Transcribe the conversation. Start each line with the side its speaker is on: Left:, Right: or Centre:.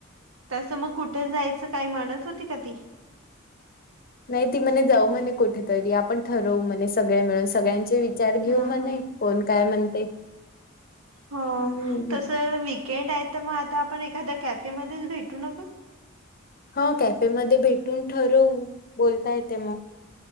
Right: तसं मग कुठे जायचं काय म्हणत होती का ती
Left: नाही ती म्हणे जाऊ म्हणे कुठेतरी आपण ठरवू म्हणे सगळे मिळून सगळ्यांचे विचार घेऊ
Right: ह
Left: म्हणे
Right: ह
Left: कोण काय म्हणते
Right: हो
Left: हम्म
Right: तस विक केंड आहे तर मग आता आपण एखादा्या कॅफेमध्येध्येच भेटू न ग
Left: हा कॅफेमध्येध्ये भेटून ठरवू बोलता येते मग